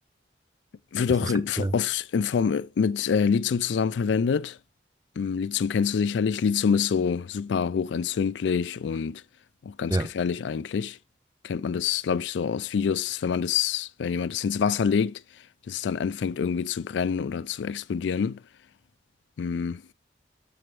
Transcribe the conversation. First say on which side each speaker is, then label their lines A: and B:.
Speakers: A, on the left; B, on the right.
A: wird
B: also
A: auch
B: es
A: in,
B: gibt ja,
A: oft in Form äh, mit äh, Lithium zusammen verwendet. Ähm, Lithium kennst du sicherlich. Lithium ist so super hochentzündlich und auch ganz
B: ja,
A: gefährlich eigentlich. Kennt man das, glaube ich, so aus Videos, dass wenn man das, wenn jemand das ins Wasser legt, dass es dann anfängt irgendwie zu brennen oder zu explodieren. Mm.